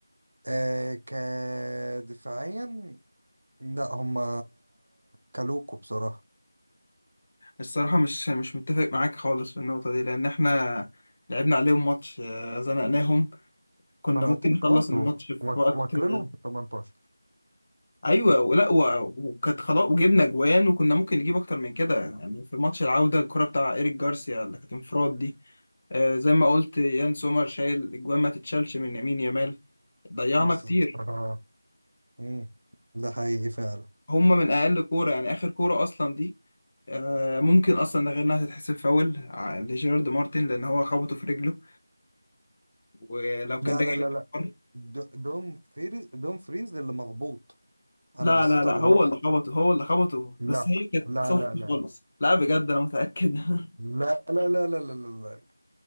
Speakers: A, on the right (about 35°); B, on the left (about 15°).
A: آه كدفاعيا لا هما كلوكو بصراحة
B: الصراحة مش مش متفق معاك خالص في النقطة دي لأن احنا لعبنا عليهم ماتش آه، زنقناهم كنا
A: ما انا
B: ممكن
A: قلت لك
B: نخلص
A: اه
B: الماتش
A: دول
B: في
A: واك-
B: وقت
A: واكلينهم
B: آه،
A: في ال 18
B: أيوة ولا و- وكانت خلاص وجبنا جوان وكنا ممكن نجيب أكتر من كده يعني في ماتش العودة الكرة بتاع إيريك جارسيا اللي كانت انفراد دي آه، زي ما قلت يان سومر شايل الجوان ما تتشالش من يمين يامال ضيعنا
A: بالظبط
B: كتير
A: اه مم. ده حقيقي فعلا
B: هما من أقل كورة يعني آخر كورة أصلا دي آه، ممكن اصلا غير انها تتحسب فاول ع- لجيرارد مارتن لان هو خبطه في رجله ولو كان
A: لا
B: رجع
A: لا لا
B: للفار-
A: لا د- دوم فريز دوم فريز اللي مغبوط
B: لا
A: انا بصيت
B: لا لا
A: على
B: هو
A: الله
B: اللي خبطه هو اللي خبطه بس
A: لا
B: هي كانت
A: لا
B: سوفت
A: لا لا
B: خالص لا بجد انا متاكد <laughs>
A: لا لا لا لا لا لا لا